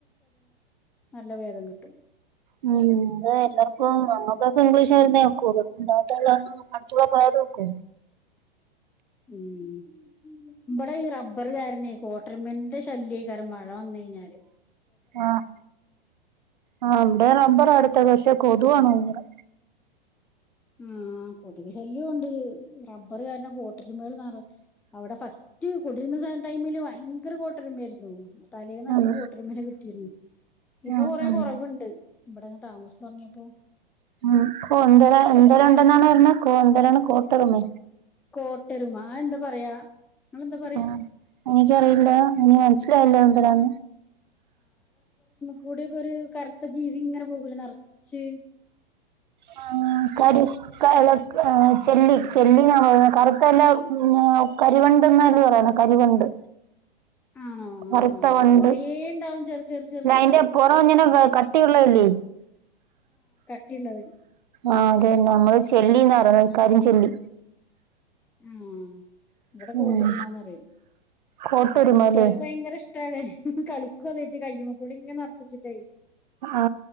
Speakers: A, in the centre; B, on the right (about 50°).
A: നല്ല ഭേദം കിട്ടും
B: ഉം ന്താ എല്ലാർക്കും നമ്മക്കൊക്കെ ഇംഗ്ലീഷ് ആയ്ര്ന്നേ <unintelligible> അട്ത്തൂട പോയാലൊക്കും
A: ഉം ഇവിടെ ഈ റബ്ബറ് കാരണവേ കോ- ട്രിമന്റെ ശല്ല്യെയ്ക്കാര മഴ വന്ന് കയ്ഞ്ഞാല്
B: ആഹ് ആ അവ്ടെ <unintelligible> അട് പക്ഷേ കൊതുവാണ് തോന്നത്
A: ആഹ് കൊതുക് ശല്ല്യൊ കൊണ്ട് റബ്ബർ കാര്ണം കോട്ടരുമകൾ ന്നറ് അവ്ടെ ഫസ്റ്റ് കൊട്രുന്ന ടൈമില് വയങ്കര കോട്ടരുമെയ്ര്ന്നു <inaudible> തലേന്നെർക്കം
B: ഉം
A: കോട്ടരുമനെ കിട്ടിര്ന്നു ഇപ്പൊ
B: ഉം
A: കൊറേ
B: ഉം
A: കൊറവുണ്ട് ഇവിടയ്ങ് താമസം തൊട്ങ്ങിയപ്പോ
B: അ കൊന്ത <unintelligible> <unintelligible> ഉണ്ടെന്നാണ് പർഞ്ഞ കൊ ന്തരാണ് കോട്ടെര്മേ
A: കോട്ടരുമാ ആ എന്താ പറയാ നിങ്ങളെന്താ പറയാ
B: ആഹ് എനിക്കറിയില്ല എനി മനസ്സിലായില്ല എന്തരാന്ന്
A: കൂടെക്കെ ഒര് കർത്ത ജീവി ങ്ങനെ പോകൂലെ നർച്ച്
B: ആ കര് <unintelligible> ആഹ് ചെല്ലി ചെല്ലി ന്നാണൊ പറ കറുത്തല്ല കരിവണ്ട് എന്നല്ലേ പറയണ കരിവണ്ട്
A: ആണോ
B: കറുത്ത
A: ആഹ്
B: വണ്ട്
A: ആഹ് കൊറേ
B: ല്ല
A: ഉണ്ടാവും ചെറു ചെറു ചെറുത്
B: അയ്ന്റെ പൊറ ങ്ങനെ വ് കട്ടിയുള്ളല്ലേ
A: കട്ടിള്ളത്
B: ആഹ് അതെ തന്നെ നമ്മള് ചെല്ലിന്ന റിണ് കരിചെല്ലി
A: ആ ഇവിടെ കൂട്ടരുമ്മാന്ന്
B: ഉം
A: പറയും.
B: കോട്ടൊരുമല്ലേ
A: കുട്ടികൾക്ക് ഭയങ്കര ഇഷ്ടാണ് ഹ്ഹ് കളിക്കും അതീട്ട് കയ്യുമ്മേ കൂടെ ഇങ്ങ് ന വെച്ചിട്ടേയ്
B: ആാ